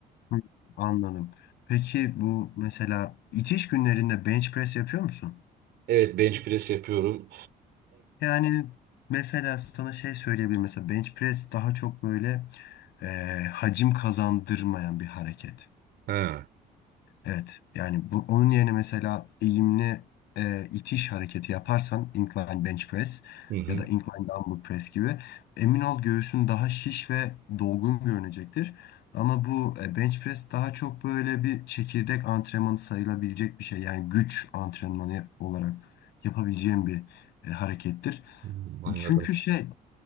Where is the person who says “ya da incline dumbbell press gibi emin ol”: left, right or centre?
Left